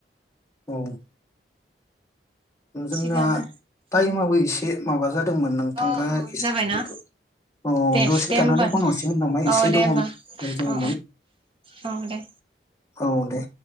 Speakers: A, on the left (about 15°); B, on the right (about 30°).
A: औ ओ जोंना
B: थिगानो
A: टाइममाबो एसे माबा जा दोंमोन नोंथांगा
B: अ अ
A: एसे
B: जाबायना
A: द औ
B: दे
A: दसे
B: दे होमबा
A: थानानै फन हरसिगोन नामा
B: औ
A: एसे
B: दे
A: दङ
B: होमबा
A: दङमोन
B: औ औ औ दे।
A: औ दे।